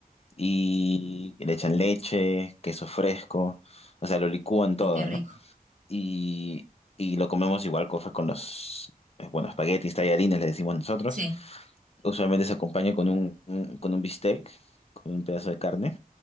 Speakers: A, on the left; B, on the right.
A: y le echan leche, queso fresco, o sea, lo licúan
B: Uy,
A: todo,
B: qué rico.
A: ¿no? Y, y lo comemos igual con, con los, eh, bueno, espaguetis, tallarines, le decimos nosotros.
B: Sí,
A: Usualmente se acompaña con un, un- con un bistec, con un pedazo de carne.